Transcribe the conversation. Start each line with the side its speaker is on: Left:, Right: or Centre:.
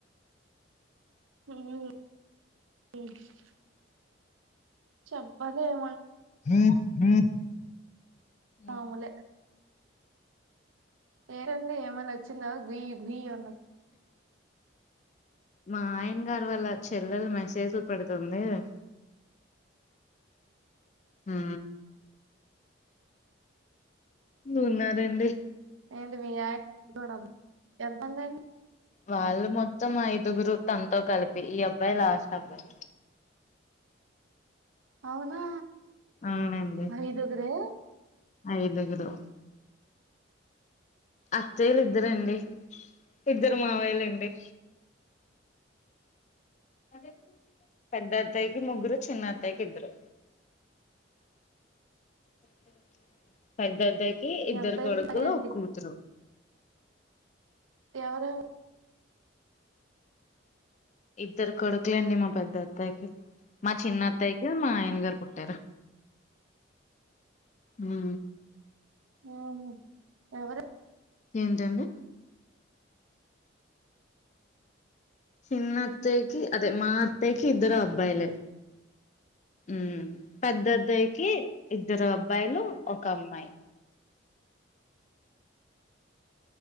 Right: హూమ్ హు చెప్పలేము
Left: హు తి <inaudible>
Right: మామూలే పేరండి ఏమన్నా వచ్చిందా గుయ్ గుయ్ అన్నది
Left: మా ఆయన గారు వల్ల చెల్లెలు మెసేజ్లు పెడతు ఏంది హూ ఉన్నారండి
Right: ఏంటిది <inaudible> ఏడ బంద్ అయింది
Left: వాళ్ళు మొత్తం ఐదుగురు తనతో కలిపి ఈ అబ్బాయి లాస్ట్ అబ్బాయి
Right: అవునా
Left: అవునండి
Right: ఐదుగురే
Left: ఐదుగురు అత్తయ్యలు ఇద్దరండి ఇద్దరు మావయ్యలండి సరే పెద్ద అత్తయ్యకి ముగ్గురు చిన్న అత్తయ్యకి ఇద్దరు <inaudible> పెద్ద అత్తయ్యక కి ఇద్దరు
Right: ఎంతైనా
Left: కొడుకులు
Right: తగ్గరండి
Left: ఒక కూతురు
Right: ఎవరెవరు
Left: ఇద్దరు కొడుకులు అండి మా పెద్ద అత్తయ్యకి మా చిన్న అత్తయ్యకి మా ఆయన గారు పుట్టారు హు
Right: ఆహా ఎవరు
Left: ఏంటండి చిన్న అత్తయ్యకి అదే మా అత్తయ్యకి ఇద్దరూ అబ్బాయిలే హు పెద్ద అద్దాయికి ఇద్దరు అబ్బాయిలు ఒక అమ్మాయి